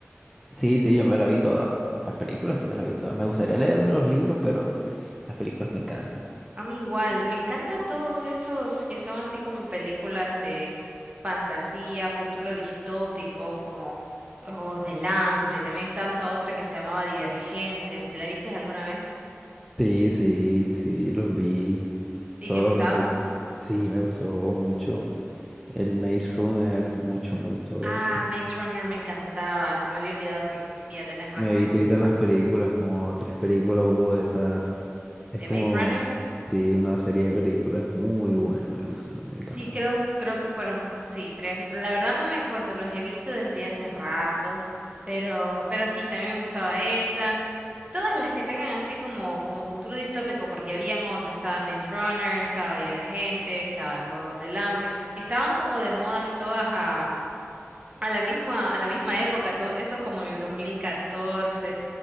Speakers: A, in the centre; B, on the right (about 30°).
A: Sí, sí, yo me la vi todas. Las películas sí me las vi todas. Me gustaría leerme los libros, pero las películas me encantan.
B: A mí igual, me encanta todos esos que son así como películas de fantasía, futuro distópico, como los Juegos del Hambre. También estaba esta otra que se llamaba Divergente. ¿La viste alguna vez?
A: Sí, sí, sí, los vi.
B: ¿Y
A: Todos
B: te gustaban?
A: los vi. Sí, me gustó mucho. El Maze Runner, mucho me gustó
B: Ah,
A: bastante.
B: Maze Runner me encantaba. Se me había olvidado que existía, tenés razón.
A: Me vi todas las películas, como tres películas hubo de esa. Es
B: ¿De
A: como,
B: Maze Runner?
A: sí, una serie de películas muy buena, me gustó, me
B: Sí,
A: encantó.
B: creo, creo que fueron, sí, tres. La verdad no me acuerdo, los he visto desde hace rato, pero, pero sí, también me gustaba esa. Todas las que tengan así como, como futuro distópico, porque habían otras. estaba Maze Runner, estaba Divergente, estaban los Juegos del Hambre, que estaban como de modas todas a, a la misma, a la misma época, todo eso es como en el dos dos mil catorce